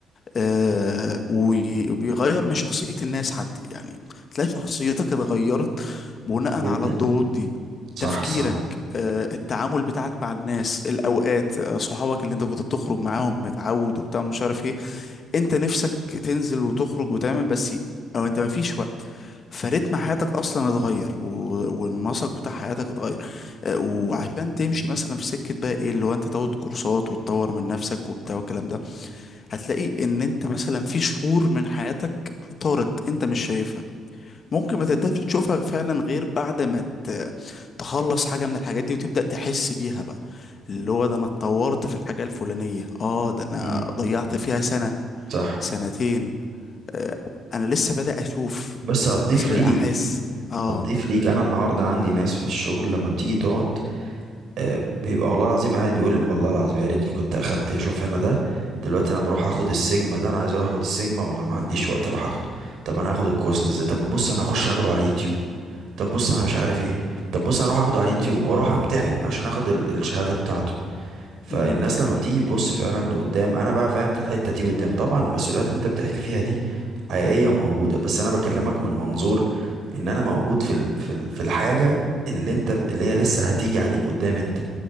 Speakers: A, on the left (about 45°); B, on the right (about 70°).
A: آه، وي- وبيغير من شخصية الناس حتى يعني تلاقي شخصيتك اتغيرت بناء
B: جدا
A: على الضغوط دي
B: صح
A: تفكيرك
B: صح
A: آه، التعامل بتاعك مع الناس الأوقات آه، صحابك اللي انت كنت بتخرج معاهم متعود وبتاع مش عارف ايه انت نفسك تنزل وتخرج وتعمل بس او انت مفيش وقت فريتم حياتك اصلا اتغير و- والنسق بتاع حياتك اتغير اه، وعشان تمشي مثلا في سكه بقى ايه اللي هو انت تاخد كورسات وتطور من نفسك وبتاع والكلام ده هتلاقي ان انت مثلا في شهور من حياتك طارت انت مش شايفها ممكن ما تقدرش تشوفها فعلا غير بعد ما ت- تخلص حاجه من الحاجات دي وتبدا تحس بيها بقى اللي هو ده انا اتطورت في الحاجه الفلانيه اه ده انا
B: امم
A: ضيعت فيها سنه
B: صح
A: سنتين آه، انا لسه بدأ اشوف
B: بس هتضيف
A: لسه بدأ
B: ليك
A: احس اه
B: هتضيف ليك انا النهارده عندي ناس في الشغل لما بتيجي تقعد آه، بيبقى والله العظيم قاعد بيقول والله العظيم يا ريتني كنت اخدت شوف انا ده دلوقتي انا بروح اخد السيجما ده انا عايز اروح اخد السيجما والله ما عنديش وقت اروح اخده طب انا هاخد الكورس ده ازاي طب بص انا هخش اخده على اليوتيوب طب بص انا مش عارف ايه طب بص انا اروح اخده على اليوتيوب واروح امتحن عشان اخد ال- الشهادة بتاعته فالناس
A: امم
B: لما بتيجي تبص فعلا لقدام انا بقى فاهم في الحتة دي قدام طبعا المسؤوليات اللي انت بتحكي فيها دي حقيقية وموجودة بس انا بكلمك من منظور ان انا موجود في ال- في ال- في الحاجة اللي انت اللي هي لسه هتيجي عليك قدام انت